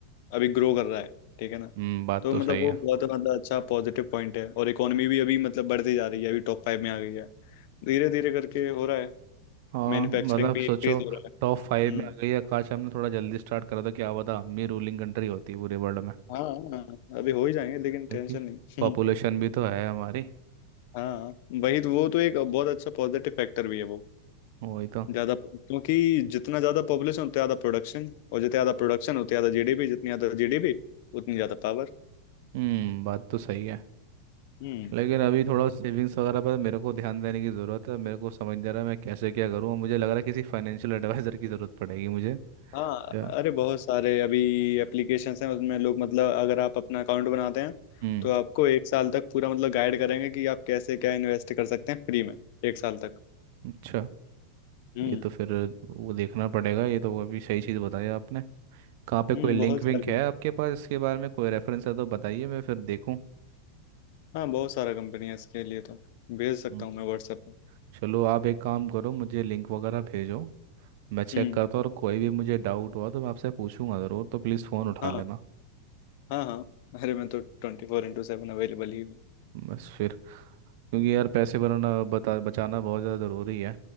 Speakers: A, on the left; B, on the right.
A: अभी ग्रो कर रहा है ठीक है ना
B: हम्म बात
A: तो
B: तो
A: मतलब
B: सही
A: वो
B: है
A: बहुत मतलब अच्छा पॉजिटिव पॉइंट है और इकोनॉमी भी अभी मतलब बढ़ती जा रही है अभी टॉप फाइव में आ गई है धीरे धीरे करके हो रहा है
B: हाँ
A: मैन्युफैक्चरिंग
B: मतलब
A: भी
B: सोचो
A: इंक्रीज हो रहा है
B: टॉप फाइव
A: हम्म
B: में आ गई है काश हमने थोड़ा जल्दी स्टार्ट करा था क्या पता हम भी रूलिंग कंट्री होती पूरे वर्ल्ड में
A: हाँ हाँ, अभी हो ही जाएंगे लेकिन
B: देखिए
A: टेंशन नहीं
B: पॉपुलेशन भी तो है हमारी
A: <laughs> हाँ वही तो वो तो एक बहुत अच्छा पॉजिटिव फैक्टर भी है वो
B: वही तो
A: ज्यादा क्योंकि जितना ज्यादा पॉपुलेशन उतना ज्यादा प्रोडक्शन और जितना ज्यादा प्रोडक्शन उतना ज्यादा जीडीपी जितनी ज्यादा जीडीपी उतनी ज्यादा पावर
B: हम्म बात तो सही है
A: हम्म
B: लेकिन अभी थोड़ा सेविंग्स वगैरह पर मेरे को ध्यान देने की ज़रूरत है मेरे को समझ नहीं आ रहा है मैं कैसे क्या करूँ मुझे लग रहा है किसी फाइनेंशियल एडवाइज़र की ज़रूरत पड़ेगी मुझे
A: हाँ
B: क्या
A: अरे बहुत सारे अभी एप्लीकेशंस हैं उसमें लोग मतलब अगर आप अपना अकाउंट बनाते हैं
B: हम्म
A: तो आपको एक साल तक पूरा मतलब गाइड करेंगे कि आप कैसे क्या इन्वेस्ट कर सकते हैं फ्री में एक साल तक
B: अच्छा
A: हम्म
B: ये तो फिर वो देखना पड़ेगा ये तो अभी सही चीज़ बताई आपने कहाँ पे
A: हम्म
B: कोई लिंक
A: बहुत
B: विंक
A: सारे
B: है आपके पास इसके बारे में कोई रेफरेंस है तो बताइए मैं फिर देखूँ
A: हाँ बहुत सारा कंपनी है इसके लिए तो भेज सकता
B: हम्म,
A: हूँ मैं व्हाट्सएप पे
B: चलो आप एक काम करो मुझे लिंक वगैरह भेजो मैं चेक
A: हम्म
B: करता हूँ और कोई भी मुझे डाउट हुआ तो मैं आपसे पूछूंगा ज़रूर तो प्लीज़ फ़ोन उठा
A: हाँ
B: लेना
A: हाँ हाँ अरे मैं तो ट्वेंटी फोर इंटू सेवन अवेलेबल ही हूँ
B: बस फिर क्योंकि यार पैसे बनाना बता बचाना बहुत ज़्यादा ज़रूरी है